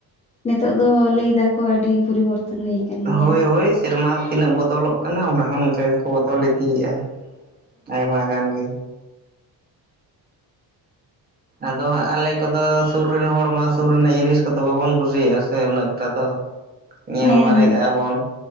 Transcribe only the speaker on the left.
ᱱᱤᱛᱚᱜ ᱫᱚ ᱞᱟᱹᱭ ᱫᱟᱠᱚ ᱟᱹᱰᱤ ᱯᱚᱨᱤ ᱵᱚᱨᱛᱚᱱ ᱦᱩᱭ ᱟᱠᱟᱱ ᱜᱮᱭᱟ
ᱦᱮᱸ